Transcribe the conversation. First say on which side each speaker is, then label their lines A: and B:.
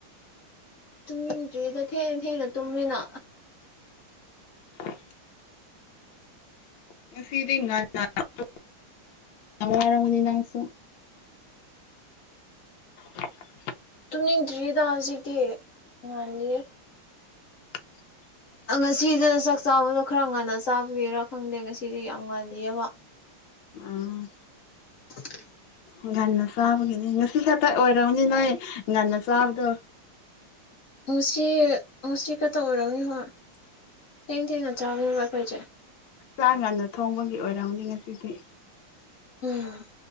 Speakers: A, on the left; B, on the left.
A: ꯇꯨꯝꯅꯤꯡꯗ꯭ꯔꯤꯗ ꯊꯦꯡꯅ ꯊꯦꯡꯅ ꯇꯨꯝꯃꯤꯅ
B: ꯎꯝ ꯅꯤꯌꯨ ꯐꯤꯗꯤꯡ <unintelligible> ꯌꯥꯝ ꯋꯥꯔꯝꯃꯅꯤ ꯅꯪꯁꯨ <unintelligible>
A: ꯇꯨꯝꯅꯤꯡꯗ꯭ꯔꯤꯗ ꯍꯧꯖꯤꯛꯇꯤ ꯉꯥꯜꯂꯤꯌꯦ
B: <inaudible>
A: ꯑ ꯉꯁꯤꯗ ꯆꯥꯛ ꯆꯥꯕꯗꯣ ꯈꯔ ꯉꯟꯅ ꯆꯥꯕꯒꯤꯔꯥ ꯈꯪꯗꯦ ꯉꯁꯤꯗꯤ ꯌꯥꯝ ꯉꯜꯂꯤꯑꯕ
B: ꯎꯝ
A: <unintelligible>
B: ꯉꯟꯅ ꯆꯥꯕꯒꯤꯅꯦ ꯉꯁꯤ ꯈꯛꯇ ꯑꯣꯢꯔꯝꯅꯤ ꯅꯣꯢ ꯉꯟꯅ ꯆꯥꯕꯗꯣ
A: ꯉꯁꯤ ꯉꯁꯤ ꯈꯠꯇ ꯑꯣꯢꯔꯝꯅꯤ ꯍꯣ ꯊꯦꯡ ꯊꯦꯡꯅ ꯆꯥꯕꯅꯦꯕ ꯑꯩꯈꯣꯢꯁꯦ
B: ꯆꯥ ꯉꯟꯅ ꯊꯣꯡꯕꯒꯤ ꯑꯣꯢꯔꯝꯅꯤ ꯉꯁꯤꯁꯦ
A: ꯎꯝ